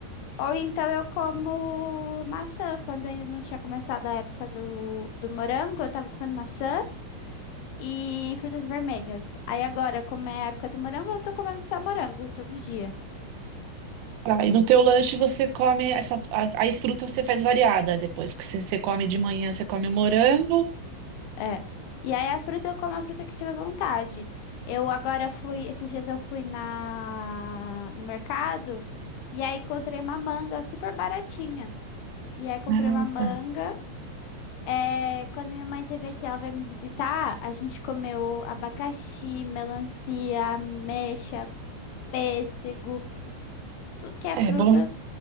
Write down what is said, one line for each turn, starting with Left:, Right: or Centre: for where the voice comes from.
Left: Ou então eu como maçã. Quando ainda não tinha começado a época do, do morango, eu tava comendo maçã e frutas vermelhas. Aí agora, como é a época do morango, eu tô comendo só morango todo dia.
Right: Tá, e no teu lanche você come essa. a- Aí fruta você faz variada depois, porque você, você come de manhã, você come o morango.
Left: É. E aí a fruta eu como a fruta que tiver vontade. Eu agora fui, esses dias eu fui na no mercado e aí encontrei uma manga super baratinha. E aí comprei
Right: Ah,
Left: uma manga.
Right: tá.
Left: É, quando minha mãe teve aqui, ela veio me visitar, a gente comeu abacaxi, melancia, ameixa, pêssego, tudo que é
Right: É
Left: fruta.
Right: bom.